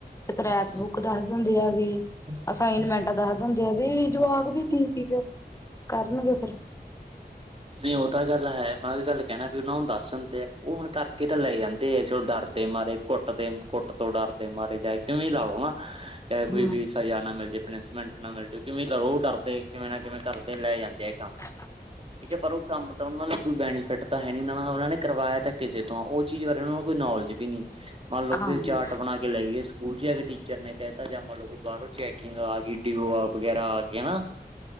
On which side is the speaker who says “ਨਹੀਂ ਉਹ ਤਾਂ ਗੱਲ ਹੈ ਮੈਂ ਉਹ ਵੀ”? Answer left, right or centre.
Right